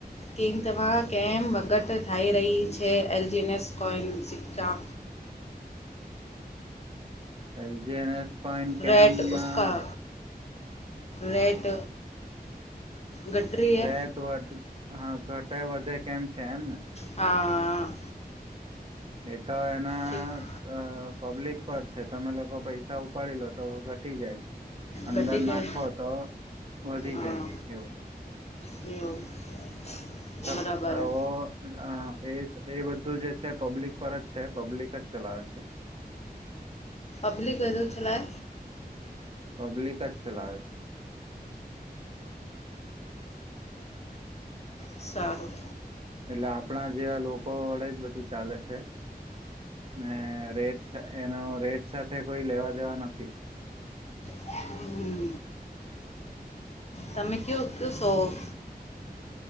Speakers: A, on the left; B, on the right.
A: <unintelligible> વગત થાઈ રહી છે એલજીએનએસ કોયન સિક્કા
B: L G N S coin કેમ
A: રેટ
B: ના
A: ઉસકા રેટ ઘટ રહી
B: રેટ વધ હા ઘટે વધે કેમ છે એમ ને
A: હા
B: એ તો એના
A: હમ્મ
B: અ પબ્લિક પર છે તમે લોકો પૈસા ઉપાડી લો તો તટી જાય અંદર
A: ઘટી જાય
B: નાખો તો વધી
A: હા
B: જાય એવું
A: <unintelligible>
B: તબ
A: બરાબર હે.
B: ઓ એ એ બધું જે છે પબ્લિક પર જ છે પબ્લિક જ ચલાવે છે
A: પબ્લિક વધ છેલા
B: પબ્લિક જ ચલાવે છે
A: સારું
B: એટલે આપણા જેવા લોકો વડે જ બધું ચાલે છે, ને રેટ એનો રેટ સાથે કોઈ લેવા દેવા નથી.
A: હમ. તમે કેવુંક સો?